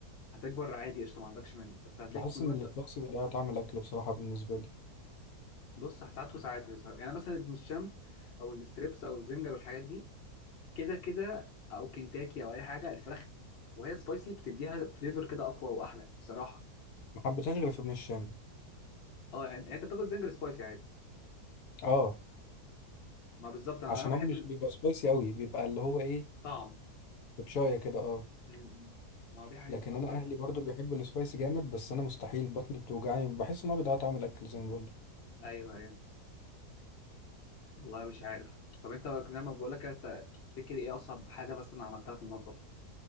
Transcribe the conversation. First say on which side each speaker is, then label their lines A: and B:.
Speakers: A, on the left (about 55°); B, on the left (about 75°).
A: هتكبر عادي قشطه ما عندكش منه بس هتلاقيك
B: بحس
A: من
B: ان
A: وانت
B: السبايسي بيضيع طعم الاكل بصراحه بالنسبه لي
A: بص ساعات وساعات يعني مثلا ابن الشام او الستريبس او الزنجر والحاجات دي كده كده او كنتاكي او اي حاجه الفراخ وهي سبايسي بتديها فليفر كده اقوى واحلى بصراحه
B: ما حبيتهاش غير في ابن الشام
A: اه يعني يعني انت بتاكل زنجر سبايسي عادي
B: اه
A: ما بالظبط انا
B: عشان
A: انا بحب
B: هو مش بيبقى سبايسي قوي بيبقى اللي هو ايه
A: الطعم
B: بشايه كده اه
A: م- ما هو دي حقيقه
B: لكن
A: طعم
B: انا اهلي برضو بيحبوا السبايسي جامد بس انا مستحيل بطني بتوجعني بحس ان هو بيضيع طعم الاكل زي ما بقول لك
A: ايوه ايوه والله مش عارف طب انت زي ما بقول لك انت تفتكر ايه اصعب حاجه مثلا عملتها في المطبخ